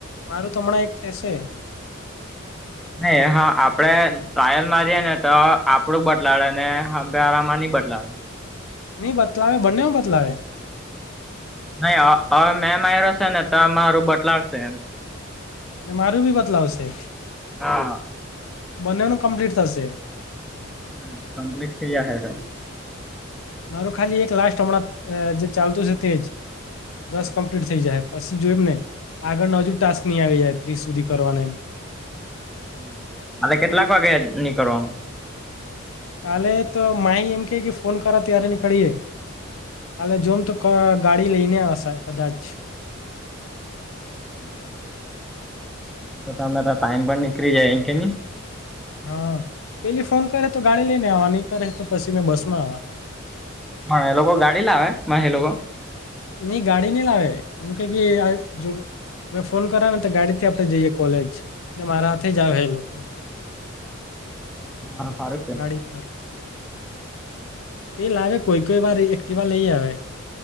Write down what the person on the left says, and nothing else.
મારું તો હમણાં એક થશે.
નીં, બતલાવે. બંનેઉ માં બતલાવે.
મારું બી બદલાવ છે
બંનેનું કમ્પ્લીટ થશે
મારું ખાલી એક લાસ્ટ હમણાં જે ચાલતું છે તેજ દસ કમ્પ્લીટ થઈ જાહે પછી જોય એમ ને આગળનું હજુ ટાસ્ક નહી આવી રહ્યા ત્રીસ સુધી કરવાના એમ
કાલે તો માહી એમકે કે ફોન કરા તય્યારે નીકળીએ કાલે જોમ તો ગાડી લઈને આવશે કદાચ
હા પેલી ફોન કરે તો ગાડી લઈને આવવા નહી કરે તો પછી મે બસમાં આવવા
નહી ગાડી નહી લાવે એમ કે કે આ જો મેં ફોન કરાને તો ગાડીથી આપે જઈએ કોલેજ એટલે મારા હાથે જ આવે એ લોકો
ગાડી પર તે લાવે કોઈ કોઈ વાર એક્ટિવા લઈ આવે